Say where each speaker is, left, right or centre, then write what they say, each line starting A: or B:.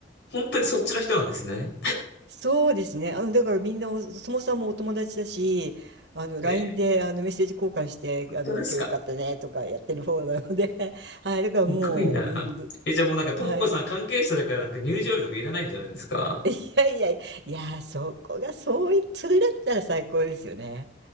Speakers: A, on the left; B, on the right.
A: 本当にそっちの人なんですね。
B: そうですね。あの、だからみんなお、そもさんもお友達だし、あの、LINE
A: ええ、
B: であのメッセージ交換して、
A: 本当ですか
B: あの、今日よかったねとかやってる方なので、<laughs> はい、だからもう、
A: すごいな。
B: うん、ど
A: え、じゃあもうなんか、ともこさん関係者だからなんか入場料とかいらないんじゃないですか
B: はい、<laughs> いやいやいや、いや、そこが、そうい、<laughs> それだったら最高ですよね。